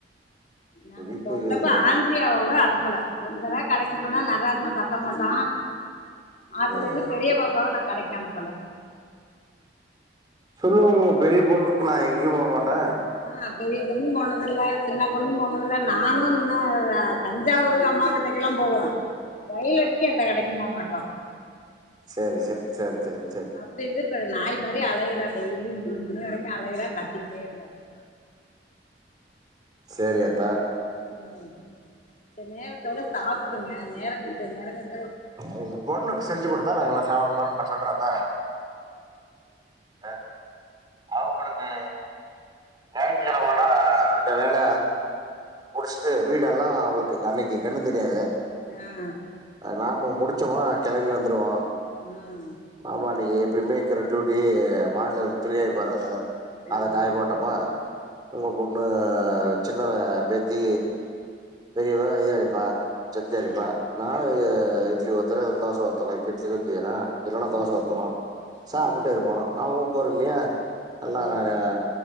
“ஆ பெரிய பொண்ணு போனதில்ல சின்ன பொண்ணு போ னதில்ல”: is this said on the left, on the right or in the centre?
Left